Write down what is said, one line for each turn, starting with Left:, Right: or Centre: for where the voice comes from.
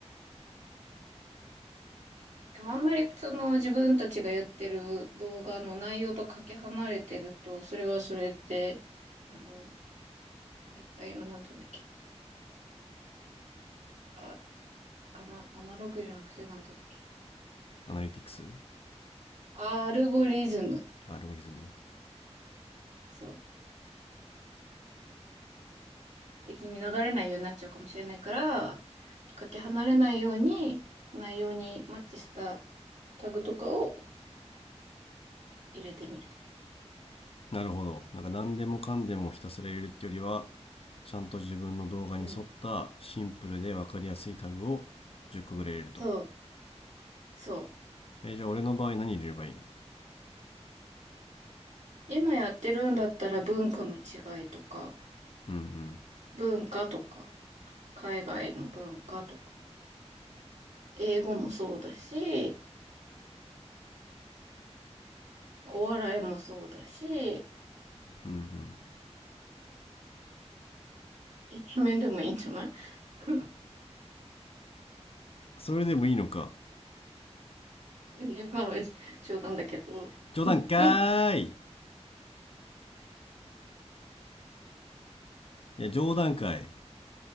Right: でもあんまりその自分たちがやってる動画の内容とかけ離れてると、それはそれで、あの、あれ、ああいうのなんて言うんだっけ。あ、アナ、アナログじゃなくてなんて言うんだっけ。
Left: アナリティクス
Right: アルゴリズム、
Left: アルゴリズム
Right: そう、的に流れないようになっちゃうかもしれないから、かけ離れないように、内容にマッチしたタグとかを入れてみる。
Left: なるほどなんか何でもかんでもひたすら入れるってよりはちゃんと自分の動画に沿ったシンプルで分かりやすいタグを10個ぐらい入れると
Right: うん。そう、そう。
Left: えーじゃあ俺の場合何入れればいいの
Right: 今やってるんだったら文化の違いとか、
Left: うんうん
Right: 文化とか、海外の文化とか、英語もそうだし、お笑いもそうだし、
Left: うんうん
Right: イケメンでもいいんじゃない <laughs>
Left: それでもいいのか
Right: 今の冗談だけど。
Left: 冗談か
Right: <laughs> うん。
Left: ーいいや冗談かい